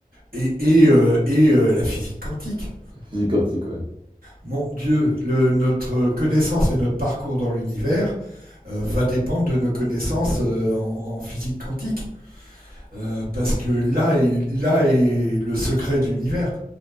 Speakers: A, on the right; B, on the right.
A: et, et, euh, et euh, la physique quantique.
B: physique quantique, ouais.
A: Mon Dieu, le- notre connaissance et notre parcours dans l'univers euh, va dépendre de nos connaissances euh, en, en physique quantique. Euh, parce que là est, là est le secret de l'univers.